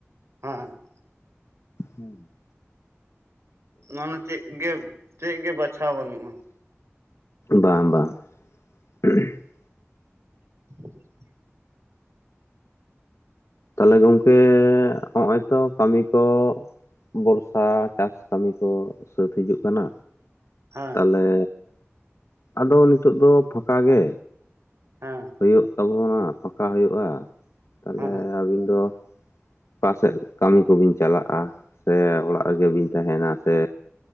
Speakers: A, on the right; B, on the left.
A: ᱦᱮᱸ᱾
B: ᱦᱮᱸ᱾
A: ᱱᱚᱣᱟ ᱢᱟ ᱪᱮᱜ ᱜᱮ ᱪᱮᱜ ᱜᱮ ᱵᱟᱪᱷᱟᱣ ᱵᱟᱹᱱᱩᱜᱼᱟ᱾
B: ᱵᱟᱝ ᱵᱟᱝ᱾ <unintelligible>
A: <inaudible>
B: ᱛᱟᱞᱦᱮ ᱜᱚᱝᱠᱮ ᱦᱚᱜᱼᱚᱭ ᱛᱚ ᱠᱟᱹᱢᱤ ᱠᱚ ᱵᱚᱨᱥ ᱥᱟ ᱪᱟᱥ ᱠᱟᱹᱢᱤ ᱠᱚ ᱥᱟᱹᱛ ᱦᱤᱡᱩᱜ ᱠᱟᱱᱟ
A: ᱦᱮᱸ
B: ᱛᱟᱞᱦᱮ ᱟᱫᱚ ᱱᱤᱛᱳᱜ ᱫᱚ ᱯᱷᱟᱸᱠᱟ ᱜᱮ᱾
A: ᱦᱮᱸ᱾
B: ᱦᱩᱭᱩᱜ ᱛᱟᱵᱚᱱᱟ ᱯᱷᱟᱸᱠᱟ ᱦᱩᱭᱩᱜᱼᱟ, ᱛᱟᱞᱦᱮ
A: ᱦᱮᱸ
B: ᱟᱹᱵᱤᱱ ᱫᱚ ᱚᱠᱟ ᱥᱮᱫ ᱠᱟᱹᱢᱤ ᱠᱚᱵᱤᱱ ᱪᱟᱞᱟᱜᱼᱟ ᱥᱮ ᱚᱲᱟᱜ ᱨᱮᱜᱮ ᱵᱤᱱ ᱛᱟᱦᱮᱸᱱᱟ ᱥᱮ